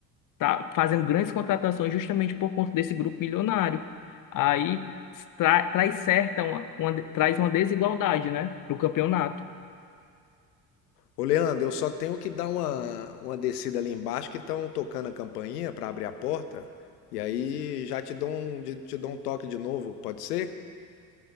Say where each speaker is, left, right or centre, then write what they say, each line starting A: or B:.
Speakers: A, on the left; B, on the left.
A: tá fazendo grandes contratações justamente por conta desse grupo milionário. Aí tra- traz certa uma, uma- traz uma desigualdade, né, no campeonato.
B: Ô, Leandro, eu só tenho que dar uma, uma descida ali embaixo que estão tocando a campainha para abrir a porta. E aí já te dou um, te dou um toque de novo, pode ser?